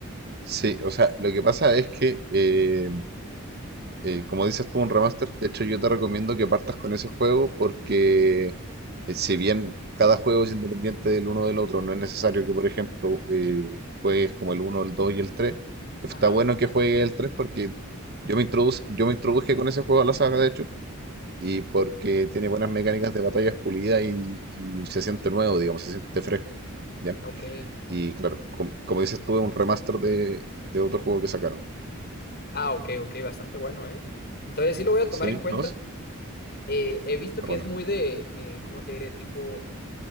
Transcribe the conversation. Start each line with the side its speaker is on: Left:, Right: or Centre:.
Right: sí. O sea, lo que pasa es que eh, eh, como dices tú, un remaster. De hecho, yo te recomiendo que partas con ese juego porque eh, si bien cada juego es independiente del uno del otro, no es necesario que, por ejemplo, eh, juegues como el uno, el 2 y el 3. Está
Left: Ajá.
Right: bueno que juegues el 3 porque yo me introduz- yo me introduje con ese juego a la saga, de hecho, y porque tiene buenas mecánicas de batallas pulidas y, y se siente nuevo, digamos, se siente fresco. ¿Ya?
Left: Ok.
Right: Y claro, com- como dices tú, es un remaster de, de otro juego que sacaron.
Left: Ah, ok, ok, bastante bueno, ¿eh? Entonces sí lo voy a
Right: ¿Sí?
Left: tomar en cuenta.
Right: ¿No? Está
Left: Eh, he visto
Right: Bueno,
Left: que es muy de, eh, ¿cómo te diré? Tipo...